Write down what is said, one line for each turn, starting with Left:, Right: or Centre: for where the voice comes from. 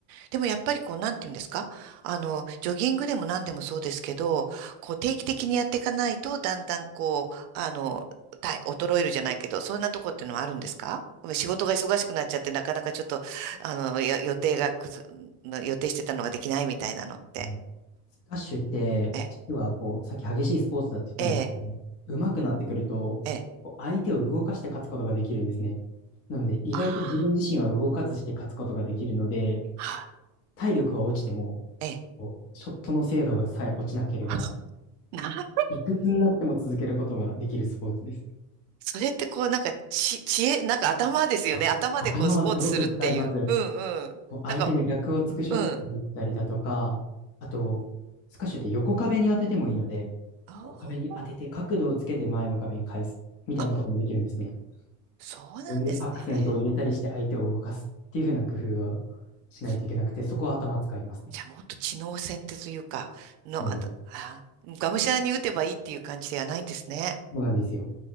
Right: でもやっぱりこう、なんていうんですかあの、ジョギングでも何でもそうですけど、こう、定期的にやっていかないと、だんだんこう、あの、体衰えるじゃないけど、そんなとこってのはあるんですか仕事が忙しくなっちゃって、なかなかちょっと、あの、よ予定がくず、予定してたのができないみたいなのって。
Left: うんスカッシュって、
Right: ええ、
Left: 実はこう、さっき激しいスポーツだって言ったんですけど、
Right: ええ、
Left: 上手くなってくると、
Right: ええ。
Left: こう相手を動かして勝つことができるんですね。なので、意外と自分自身は動かずして勝つことができるので、
Right: ああ。はい
Left: 体力は落ちても、
Right: ええ。
Left: こう、ショットの精度がさえ落ちなければ、
Right: <laughs> なる。
Left: いくつになっても続けることができるスポーツです。
Right: それってこう、なんか、ち、知恵、なんか頭ですよね。
Left: あ頭はすごく使います。
Right: 頭でこう、スポーツするっていう。うんうん。
Left: こう相手の逆をつくショットをったりだとか、
Right: なんか、うん。
Left: あと、スカッシュって横壁に当ててもいいので、
Right: あ
Left: 横壁に当てて角度をつけて前の壁に返すみたいなこともできるんですね。
Right: ーあ、そうなんですね。
Left: こういうアクセントを入れたりして相手を動かすっていうふうな工夫はしないといけなくて、
Right: えじ
Left: そこは頭使いますね。
Right: じゃあ、もっと知能戦ってというか、の、
Left: そうです。
Right: あと、あ、がむしゃらに打てばいいっていう感じではないんですね。
Left: そうなんですよ。